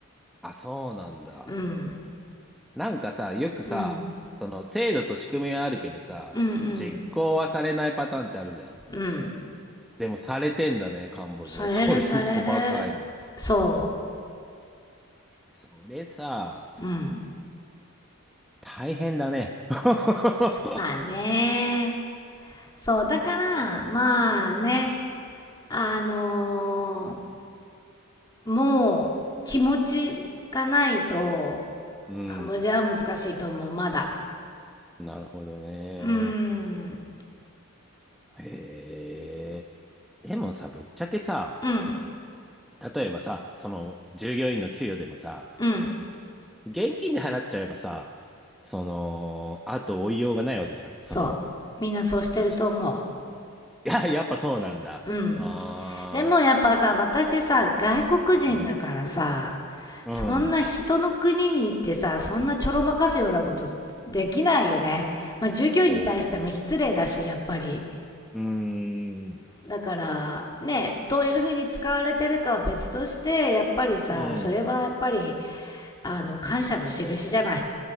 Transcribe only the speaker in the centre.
あ、そうなんだ。
なんかさ、よくさ、
その制度と仕組みはあるけどさ、
実行はされないパターンってあるじゃん。
でもされてんだね、カンボジア。
<laughs> そういう細かいの。
それさ、
大変だね。<laughs>
うん、
なるほどね。
へえ。でもさ、ぶっちゃけさ、
例えばさ、その従業員の給与でもさ、
現金で払っちゃえばさ、その、あと追いようがないわけじゃん。その、
じいや、<laughs> やっぱそうなんだ。
あー
うん、あ、
うん。
おー
うーん、
うん、